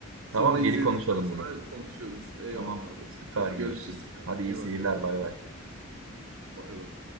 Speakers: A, on the right; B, on the right.
A: Sonra
B: Tamam
A: izledikten
B: geri konuşalım
A: sonra
B: bunu.
A: konuşuyoruz. Eyvallah
B: Tamam.
A: abi.
B: Süper
A: Hadi
B: görüşürüz.
A: görüşürüz. Kendine
B: Hadi iyi
A: iyi
B: seyirler
A: bakalım.
B: bay bay.
A: Bay bay.